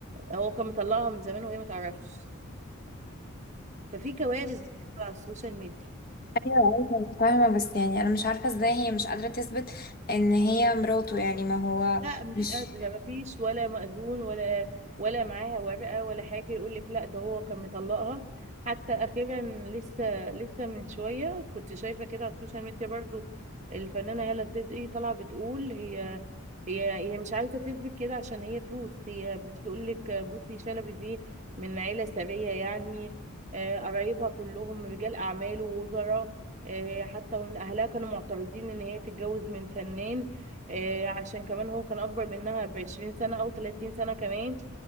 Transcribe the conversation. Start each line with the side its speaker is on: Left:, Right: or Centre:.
Right: هو كان مطلقها من زمان وهي ما تعرفش ففي كوارث بتحصل على السوشيال ميديا
Left: ايوه ايوه فاهمه بس يعني انا مش عارفه ازاي هي مش قادره تثبت ان هي مراته يعني ما هو
Right: لا مش
Left: مش
Right: قادرة مفيش ولا مأذون ولا ولا معاها ورقة ولا حاجة يقول لك لا ده هو كان مطلقها حتى أخيرا لسه لسه من شوية كنت شايفة كده على السوشيال ميديا برضو الفنانة هالة صدقي طالعة بتقول هي هي هي مش عايزة تثبت كده عشان هي فلوس هي بتقول لك بصي شلبي دي من عيلة ثرية يعني آه، قرايبها كلهم رجال أعمال ووزراء آه، حتى وإن أهلها كانوا معترضين إن هي تتجوز من فنان آه، عشان كمان هو كان اكبر منها بعشرين سنة او تلاتين سنة كمان